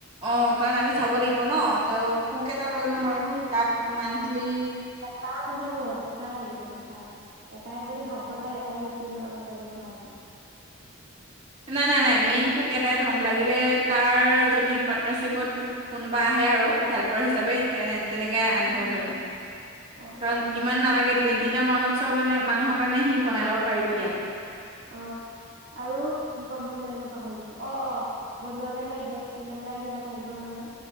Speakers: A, on the right; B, on the right.
A: অ কাৰণ আমি চাব লাগিব ন তেওঁক। কুক এটা লৈ ল'ম আৰু তাৰপিছত। মন্থলী।
B: এটাই নহব, দুটা লাগিব দুটা। অঁ। এটাই যদি ভাত বনাই। অঁ ৰুটি বনাব তেনেকুৱা আৰু।
A: নাই নাই নাই তাৰ যদি পাটনাৰশিপত, কোনোবা আহে আৰু হেল্প। পাৰ হিচাপে তেনে তেনেকৈ আনি থব পাৰিম।
B: অ তেনেকে
A: কাৰণ
B: পাৰিম
A: ইমান নালাগে টুৱেন্টি পাৰ্চেন্ট তিনিটা মান উৎসৱ কাৰণে, মানুহৰ কাৰণে সি বনাই ল'ব পাৰিব দিয়া।
B: অ আৰু কি ক'ম বুলি ভাবিলো পাহৰি থাকিলো। অ অ বনোৱাৰ কাৰণে গেছ চিলিণ্ডাৰ বিলাক লাগিব নহয়।